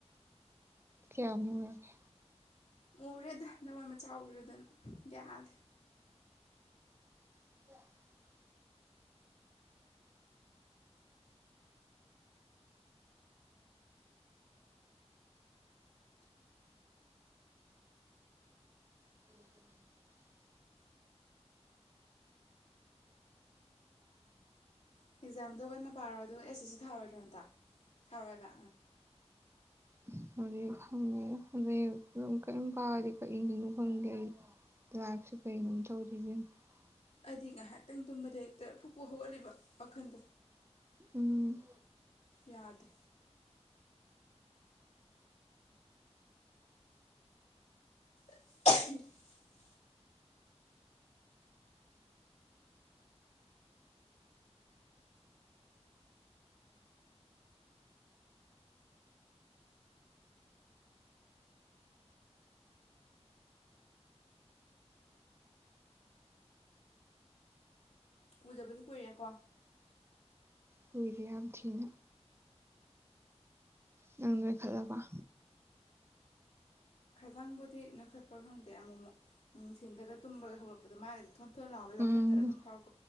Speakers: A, on the right; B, on the left.
A: ꯀꯌꯥꯃꯨꯛꯔꯒꯦ
B: ꯃꯨꯔꯦꯗ ꯂꯋꯥꯏ ꯃꯆꯥ ꯑꯣꯏꯔꯨꯗꯅ <unintelligible> ꯌꯥꯗꯦ
A: <inaudible> <inaudible>
B: ꯑꯀꯖꯝꯗꯨ ꯀꯥꯅ ꯄꯔꯣ ꯑꯗꯨꯒ ꯑꯏ ꯑꯏ ꯁꯤ ꯊꯔꯣꯏꯗꯔꯣ ꯍꯟꯗꯀ ꯊꯥꯔꯣꯏꯕ
A: <unintelligible>
B: ꯑꯩꯗꯤ ꯉꯥꯏꯍꯛꯇꯪ ꯇꯨꯝꯕꯗ ꯍꯦꯛꯠ ꯐꯨꯛ ꯐꯨꯛ ꯍꯧꯒꯠꯂꯤꯕ ꯋꯥꯈꯜꯗꯣ
A: ꯎꯝ
B: ꯌꯥꯗꯦ <inaudible> ꯎꯗꯕꯁꯨ ꯀꯨꯏꯔꯦ ꯀꯣ
A: ꯀꯨꯏꯔꯦ ꯌꯥꯝ ꯊꯤꯟ ꯅꯪ ꯅꯣꯏꯈꯠꯂꯕ꯭ꯔꯥ
B: ꯀꯤꯗꯥꯪꯕꯨꯗꯤ ꯅꯣꯏꯈꯠꯄꯔꯥ ꯈꯪꯗꯦ ꯑꯃꯨ ꯃꯨꯛꯄꯨꯗꯤ ꯅꯨꯊꯤꯟꯗꯒ ꯇꯨꯝꯕ ꯍꯧꯒꯠꯂꯛꯞꯗ ꯃꯥꯏꯒ ꯊꯣꯜ ꯊꯣꯅ ꯂꯑꯣꯋꯤ ꯋꯈꯟꯗ
A: ꯎꯝ
B: ꯑꯗꯨꯝ ꯐꯥꯑꯣ